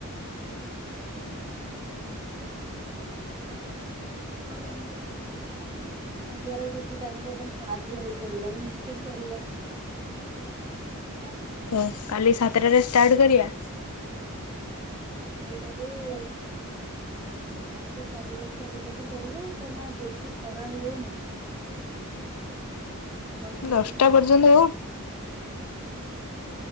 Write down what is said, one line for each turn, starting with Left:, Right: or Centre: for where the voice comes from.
Right: ଯଦି ସେମାନେ ଲଗେଇବେ ଯଦି ସେମାନେ ଆମକୁ ଡନ୍ତି କି ଆମ ଦୱରା କିଛି ତାଙ୍କୁ ସାହାଯ୍ୟ ହେଇପାରିବ ଆମେ ନିଶ୍ଚୟ କରିବା ନା କି
Left: କ କାଲି ସାତଟାରେ ଷ୍ଟାର୍ଟ କରିବା।
Right: ହଁ ସାତ ଟାଲୁନ ଉ ଆଉ ଦଶଟା ସାଢେ ଦଶଟା ପର୍ଯ୍ୟନ୍ତ କରିବା କାହିଁକି ନା ବେଶୀ ଖରା ହେଇଯାଉନି କି? <inaudible> ରହିପାରିବେନି
Left: ଦଶ୍ ଟା ପର୍ଯ୍ୟନ୍ତ ହଉ।
Right: <unintelligible>